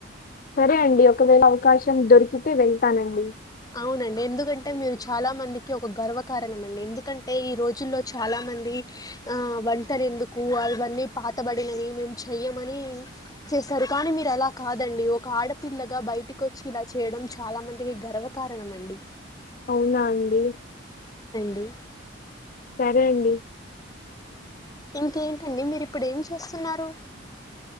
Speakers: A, on the left (about 40°); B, on the left (about 20°).
A: సరే అండి ఒకవేళ అవకాశం దొరికితే వెళ్తానండి
B: అవునండి ఎందుకంటే మీరు చాలామందికి ఒక గర్వకారణమండి. ఎందుకంటే ఈ రోజుల్లో చాలామంది ఆ వంటరెందుకు అవన్నీ పాతబడినవి మేము చెయ్యమని చేస్తారు కానీ మీర్ ఒకప్పుడు అలా కాదండి ఒక ఆడపిల్లగా బయటికి వచ్చి ఇలా చేయడం చాలా మందికి గర్వకారణం అండి.
A: అవునా అండి
B: ఉ
A: సరే అండి.
B: ఇంకేంటండి మీరు ఇప్పుడు ఏం చేస్తున్నారు.